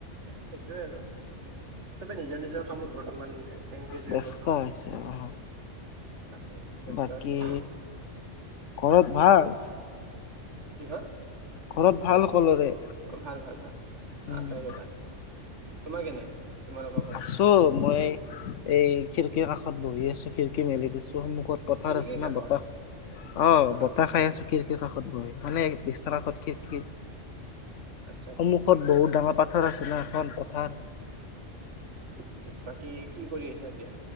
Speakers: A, on the right (about 70°); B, on the left (about 80°).
A: এ সেইটোয়ে আৰু চবে নিজৰ নিজৰ কামত বৰ্তমান- এংগেজ
B: ব্যস্ত
A: হৈ গ'ল ন
B: হৈছে আ
A: তাতে ব্যস্ত
B: বাকী
A: হৈ গ'ল
B: ঘৰত ভাল
A: কি হ'ল?
B: ঘৰত ভাল সকলোৰে?
A: অ ভাল ভাল ভাল
B: উম
A: তাইৰো ভাল। তোমাৰ কেনে তোমালোকৰ ঘৰত
B: আছো। মই এই খিৰিকী কাষ ত বহি আছো। খিৰিকি মেলি দিছো। সন্মুখত পথাৰ
A: খিৰিকীৰ
B: আছে
A: কাষত
B: না বতাহ অ
A: বা
B: বতাহ খাই আছো খিৰিকীৰ কাষত। ব মানে
A: ধুনীয়া
B: বিছনাৰ কাষত খিৰিকীৰ-
A: আচ্ছা
B: সন্মুখত
A: ঠিক ঠিক
B: বহুত ডাঙৰ পাথৰ আছে ন এখন পথাৰ।
A: ঠিক ঠিক বাকী কি কৰি আছা। এতিয়া